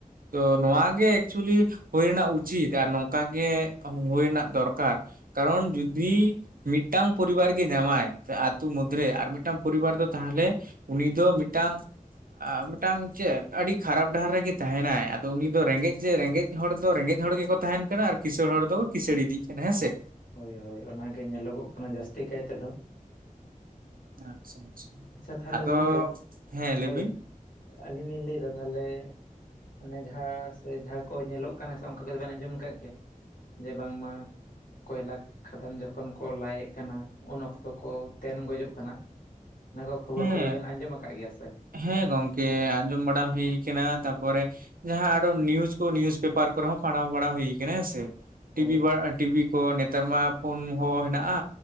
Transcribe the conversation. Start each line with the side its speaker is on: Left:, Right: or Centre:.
Right: ᱛᱚ ᱱᱚᱣᱟ ᱜᱮ᱾ ᱮᱠᱪᱩᱭᱤ ᱦᱩᱭ ᱨᱮᱱᱟᱜ ᱩᱪᱤᱛ ᱟᱨ ᱱᱚᱝᱠᱟ ᱜᱮ ᱦᱩᱭ ᱨᱮᱱᱟᱜ ᱫᱚᱨᱠᱟᱨ᱿ ᱠᱟᱨᱚᱱ ᱡᱩᱫᱤ ᱢᱤᱫᱴᱟᱝ ᱯᱚᱨᱤᱵᱟᱨ ᱜᱮ ᱧᱟᱢᱟᱭ ᱟ ᱟᱹᱛᱩᱳ ᱢᱩᱚᱫᱽᱫᱨᱮ ᱟᱨ ᱢᱤᱫᱴᱟᱝ ᱯᱚᱨᱤᱵᱟᱨ ᱫᱚ ᱛᱟᱦᱚᱞᱮ ᱩᱱᱤ ᱫᱚ ᱢᱤᱫᱴᱟᱝ᱾ ᱢᱤᱫᱴᱟᱝ ᱪᱮᱫ ᱟᱹᱰᱤ ᱠᱷᱟᱨᱟᱯ ᱰᱟᱦᱟᱨ ᱨᱮᱜᱮ ᱛᱟᱦᱮᱱᱟᱭ ᱟᱫᱚ ᱩᱱᱤ ᱫᱚ ᱨᱮᱸᱜᱮᱡ ᱡᱮ ᱨᱮᱸᱜᱮᱡ ᱦᱚᱲ ᱫᱚ ᱨᱮᱸᱜᱮᱡ ᱦᱚᱲ ᱜᱮᱠᱚ ᱛᱟᱦᱮᱱ ᱠᱟᱱᱟ ᱟᱨ ᱠᱸᱤᱥᱟᱹᱲ ᱦᱚᱲ ᱫᱚ ᱠᱸᱤᱥᱟᱹᱲ ᱤᱫᱤᱜ ᱠᱟᱱᱟ ᱦᱮᱸ ᱥᱮ᱾
Left: ᱦᱳᱭ ᱦᱳᱭ ᱚᱱᱟ ᱜᱮ ᱧᱮᱞᱚᱜᱚᱜ ᱠᱟᱱᱟ ᱡᱟᱹᱥᱛᱤ ᱠᱟᱭ ᱛᱮᱫᱚ᱾
Right: ᱟᱪᱪᱷᱟ ᱟᱪᱪᱷᱟ
Left: ᱛᱟᱦᱚᱞᱮ
Right: ᱟᱫᱚ
Left: ᱜᱚᱝᱠᱮ
Right: ᱦᱮᱸ ᱞᱟᱹᱭ
Left: ᱦᱳᱭ
Right: ᱵᱤᱱ
Left: ᱟᱹᱞᱤᱧ ᱞᱤᱧ ᱞᱟᱹᱭ ᱮᱫᱟ ᱛᱟᱦᱟᱞᱮ ᱚᱱᱮ ᱡᱟᱦᱟᱸ ᱥᱮ ᱡᱟᱦᱟᱸ ᱠᱚ ᱧᱮᱞᱚᱜ ᱠᱟᱱᱟ ᱥᱮ ᱚᱱᱠᱟ ᱠᱚᱫᱚ ᱵᱮᱱ ᱟᱸᱡᱚᱢ ᱟᱠᱟᱫ ᱠᱮᱭᱟ᱿ ᱡᱮ ᱵᱟᱝᱢᱟ ᱠᱚᱭᱞᱟ ᱠᱷᱟᱫᱟᱱ ᱡᱚᱠᱷᱚᱱ ᱠᱚ ᱞᱟᱭᱮᱫ ᱠᱟᱱᱟ ᱩᱱ ᱚᱠᱛᱚ ᱠᱚ ᱛᱮᱱ ᱜᱚᱡᱚᱜ ᱠᱟᱱᱟ᱾ ᱚᱱᱟ ᱠᱚ ᱠᱷᱚᱵᱚᱨ
Right: ᱦᱮᱸ
Left: ᱠᱚᱫᱚ ᱵᱮᱱ ᱟᱸᱡᱚᱢ ᱟᱠᱟᱫ ᱜᱮᱭᱟ ᱥᱮ᱾
Right: ᱦᱮᱸ ᱜᱚᱝᱠᱮ ᱟᱸᱡᱚᱢ ᱵᱟᱲᱟ ᱦᱩᱭ ᱠᱟᱱᱟ ᱛᱟᱯᱚᱨᱮ ᱡᱟᱦᱟᱸ ᱟᱨᱚ ᱱᱤᱭᱩᱡ ᱠᱚ ᱱᱤᱭᱩᱡ ᱯᱮᱯᱟᱨ ᱠᱚᱨᱮ ᱦᱚᱸ ᱯᱟᱲᱦᱟᱣ ᱵᱟᱲᱟ ᱦᱩᱭ ᱠᱟᱱᱟ ᱦᱮᱸ ᱥᱮ
Left: ᱦᱳᱭ
Right: ᱴᱤᱵᱷᱤ ᱵᱟ- ᱴᱤᱵᱷᱤ ᱠᱚ ᱱᱮᱛᱟᱨ ᱢᱟ ᱯᱷᱳᱱ ᱦᱚᱸ ᱦᱮᱱᱟᱜᱼᱟ᱾